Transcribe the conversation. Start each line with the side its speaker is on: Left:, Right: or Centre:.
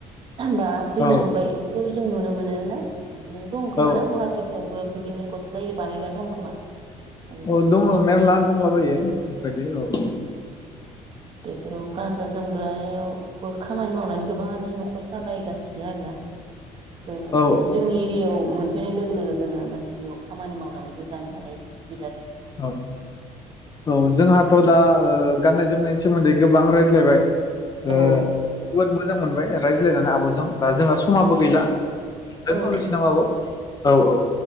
Right: दा फैनो
Left: औ
Right: हमबाय बेखौ जों नुनो मो नो ना बिदिनो दंखोमा
Left: औ
Right: ना गुवाहाटिफ्रावबो बिदिनो गस बानायग्रा दं खोमा जों
Left: औ दङ
Right: मिथिया
Left: मेरला
Right: आरो
Left: दंलाबायो बेबायदि औ औ
Right: बेफोराव गानग्रा जोमग्रा खामानि मावनानै गोबाङानो न'खर सालायगासिनो आरोना जों
Left: औ
Right: जोंनि एरियायाव मोन सुफैनाय लोगो लोगो जोङो मानि बियाव खामानि मावनानैबो जानो हानाय सु
Left: औ औ जोंहाथ' दा ओ गाननाय जोमनायनि सोमोन्दै गोबां रायज्लायबाय <unintelligible>
Right: औ
Left: मोजां मोनबाय रायज्लायनानै आब' जों दा जोंङा स समाबो गैला
Right: औ
Left: दोनथ'नोसै
Right: औ दे
Left: नामा आब' औ औ